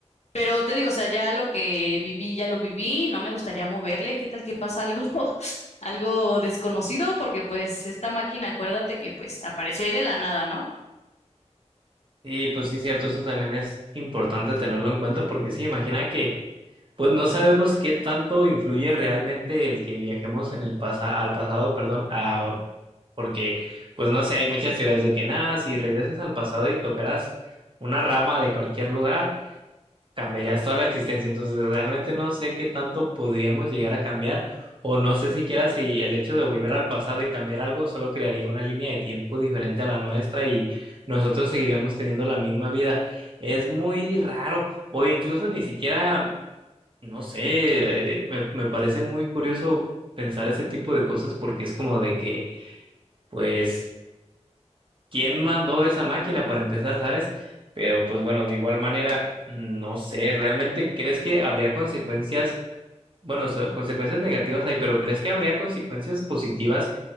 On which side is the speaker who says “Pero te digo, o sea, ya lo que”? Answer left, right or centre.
Left